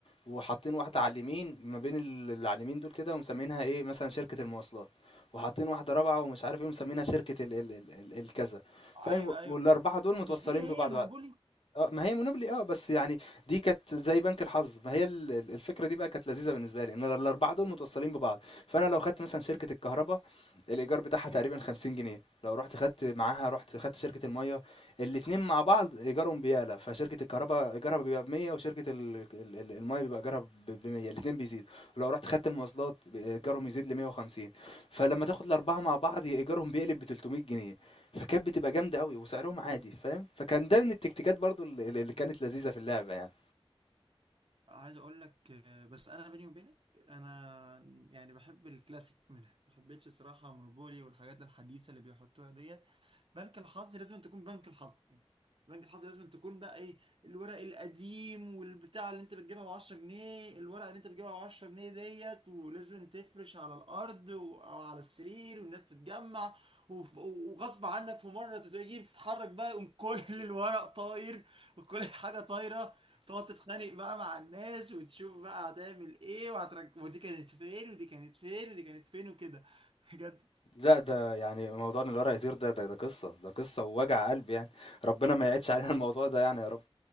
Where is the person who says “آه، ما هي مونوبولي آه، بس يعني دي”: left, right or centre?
Left